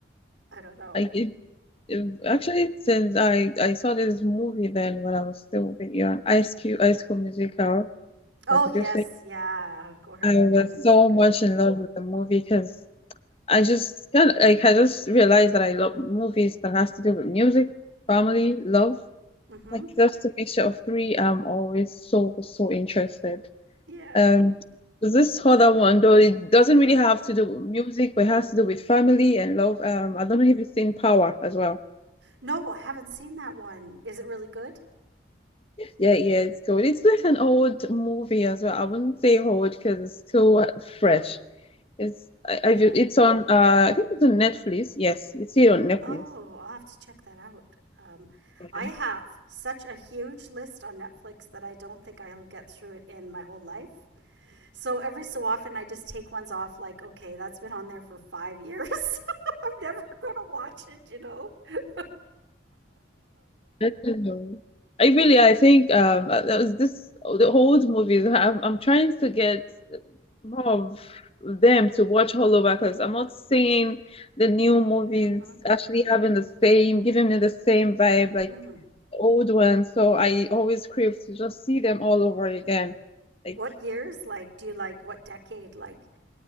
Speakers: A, on the right; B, on the left.
A: I don't know.
B: I it, it- actually since I I saw this movie then when I was still a bit young, Ice Cube, Ice School Musical.
A: Oh,
B: Like you
A: yes.
B: just say,
A: Yeah. Of course.
B: I
A: Yeah.
B: was
A: It's
B: so
A: good.
B: much in love with the movie because I just kind of like I just realized that I love movies that has to do with music, family, love.
A: Mm hmm.
B: Like just a mixture of three. I'm always so so interested.
A: Yeah.
B: Um, this other one though it doesn't really have to do with music, but it has to do with family and love. Um,
A: Mm hmm.
B: I don't know if you've seen Power as well.
A: No, I haven't seen that one. Is it really good?
B: Yeah, yeah, it's good. It's like an old movie as well. I wouldn't say old because it's still uh, fresh. It's I, I
A: Yeah.
B: ju- it's on uh I think it's on Netflix. Yes, you see it on Netflix.
A: Oh, I'll have to check that out. Um,
B: Yeah.
A: I have such a huge list on Netflix that I don't think I'll get through it in my whole life. So every so often, I just take ones off, like, okay, that's been on there for five years. <laughs> I'm never going to watch it, you know? <laughs>
B: I don't know. I really, I think um uh, that was this the old movies. I'm I'm trying to get more of them to watch all over because I'm not seeing the new movies
A: Mhm,
B: actually having the same, giving me the same vibe
A: mhm.
B: like old ones. So I always crave to just see them all over again. Like
A: What years? Like, do you like what decade? Like,